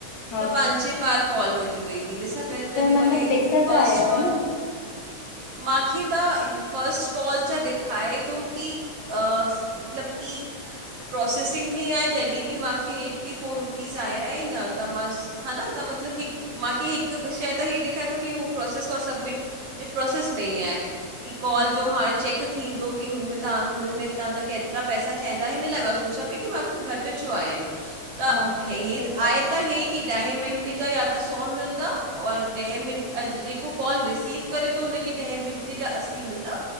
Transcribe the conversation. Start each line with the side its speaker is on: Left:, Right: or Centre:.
Left: हा
Right: त पांजे पांण कॉल कटी वयी हिनसां पहिले
Left: त
Right: जॾी
Left: मतलबु
Right: माने
Left: पैसा
Right: हिकु
Left: त
Right: फर्स्ट
Left: आयव
Right: कॉल
Left: न?
Right: माखे त हे फर्स्ट कॉल जा ॾेखाए तो की अ स मतलब की प्रोसेसिंग में आहे तॾी बि माखे एटी फ़ोर रुपीस आया हिनि अॼ त मस हा न त मतलबु हिकु माखे हिकु शंइ त हे ॾेखारे तो की हो प्रोसेस और सब्मिट जे प्रोसेस में हिअ आए कि कॉल
Left: अच्छा
Right: जो हाणे चेक थींदो की हुनमे ताहां की हुन्मे ताहांजा कैत एतरा पैसा ठाहींदा हिन लाए मां सोचां पई की मांखे घट छो आया आहिन। त
Left: हा
Right: हे हे
Left: सही
Right: आहे त हे की ॾहे मिंटे जा या त सौ मिलदा और ॾहे मिंट अज जेको कॉल रिसीव करे तो उनखे ॾहें मिंटे जा अस्सी मिलदा।